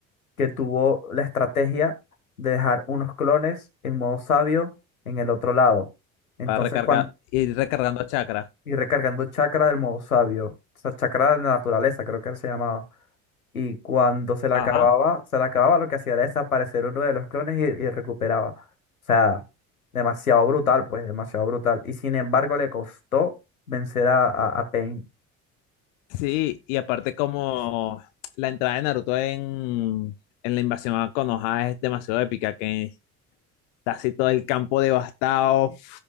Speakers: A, on the left; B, on the left.
A: que tuvo la estrategia de dejar unos clones en modo sabio en el otro lado. Entonces,
B: para recargar,
A: cuan-
B: ir recargando chakra.
A: y recargando chakra del modo sabio. O sea, chakra de la naturaleza, creo que se llamaba. Y cuando se la
B: Ajá.
A: acababa, se la acababa, lo que hacía era desaparecer uno de los clones y, y recuperaba. O sea, demasiado brutal, pues, demasiado brutal. Y sin embargo, le costó vencer a, a, a Pain.
B: Sí, y aparte como la entrada de Naruto en, en la invasión a Konoha es demasiado épica, que está así todo el campo devastado uf,